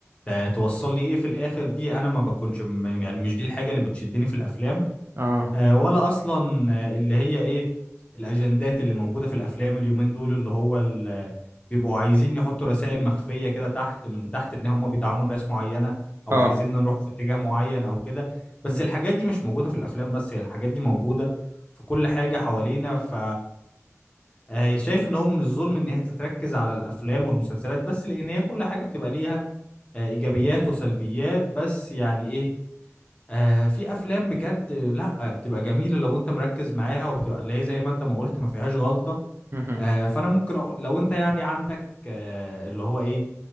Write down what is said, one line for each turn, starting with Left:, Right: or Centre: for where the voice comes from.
Left: ت- توصل لي ايه في الاخر دي انا ما بكونش م- يعني مش دي الحاجه اللي بتشدني في الافلام
Right: اه
Left: آه، ولا اصلا آه، اللي هي ايه الاجندات اللي موجوده في الافلام اليومين دول اللي هو ال- بيبقوا عايزين يحطوا رسائل مخفيه كده تحت من تحت ان هم بيدعموا ناس معينه او
Right: اه
Left: عايزين نروح في اتجاه معين او كده بس
Right: مم.
Left: الحاجات دي مش موجوده في الافلام بس هي الحاجات دي موجوده في كل حاجه حوالينا ف آه، شايف ان هو من الظلم ان هي تتركز على الافلام والمسلسلات بس لان هي كل حاجه بتبقى ليها آه، ايجابيات وسلبيات بس يعني ايه آه في افلام بجد آه، لا بتبقى جميله لو انت مركز معاها وبتبقى اللي هي زي ما انت ما قلت ما فيهاش غلطه
Right: مهم.
Left: آه فانا ممكن أقول لو انت يعني عندك آه اللي هو ايه